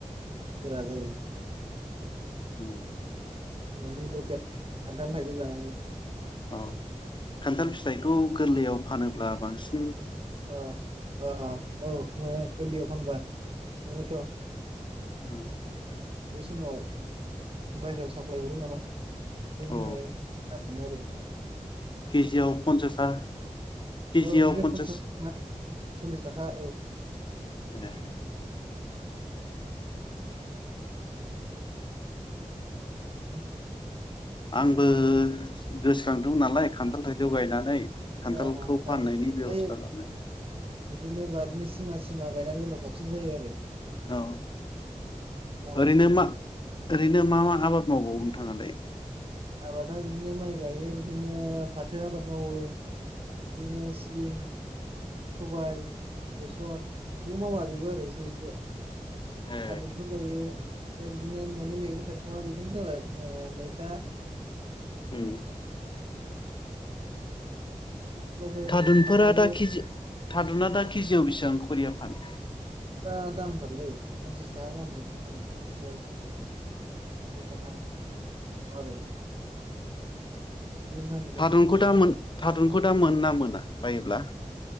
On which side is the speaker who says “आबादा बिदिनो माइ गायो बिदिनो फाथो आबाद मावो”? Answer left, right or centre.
Right